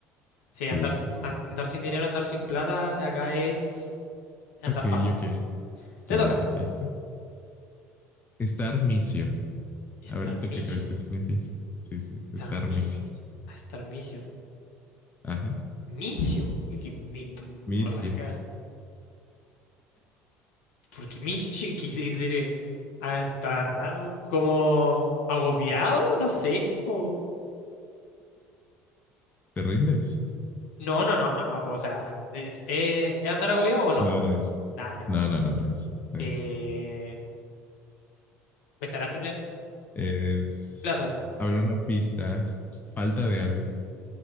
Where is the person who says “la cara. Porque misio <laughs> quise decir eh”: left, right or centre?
Left